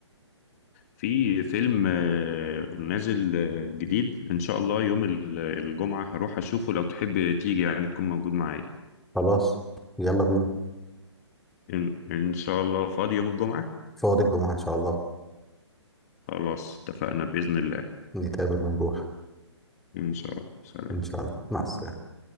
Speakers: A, on the left; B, in the centre.
A: في فيلم آه، نازل آه، جديد ان شاء الله يوم ال- الجمعة هروح اشوفه لو تحب تيجي يعني تكون موجود معايا
B: خلاص يلا بينا
A: ان إن شاء الله فاضي يوم الجمعة
B: فاضي الجمعة إن شاء الله
A: خلاص اتفقنا بإذن الله
B: نتقابل ونروح
A: ان شاء الله سلام
B: إن شاء الله مع السلامة